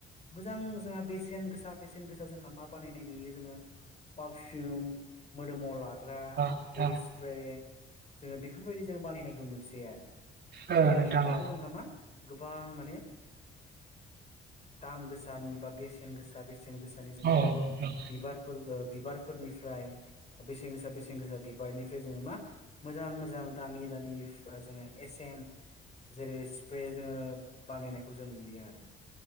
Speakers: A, on the left; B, on the right.
A: मोजां जोंहा बेसेन गोसा बेसेन गोसा जोंहा मा बानायनाय नुयो जोङो पारफिउम मोदोमाव ला हाग्रा
B: नोंथां
A: बडि स्प्रे जोङो बेफोरबायदि जो बानायनायखौ नुसै आरो।
B: ओ
A: दिनैनि
B: नोंथां
A: समावथ'
B: औ
A: जोंहा मा गोबां माने दाम गोसानि बा बेसेन गोसा बेसेन गोसानि जोङो
B: औ नोंथां
A: बिबारफोर बिबार फोरनिफ्राय बेसेन गोसा बेसेन गोसा बिबारनिफ्राय जोङो मा? मोजां मोजां दामि दामि जोङो एसेन जेरै स्प्रे जोङो बानायनायखौ जों नुयो आरो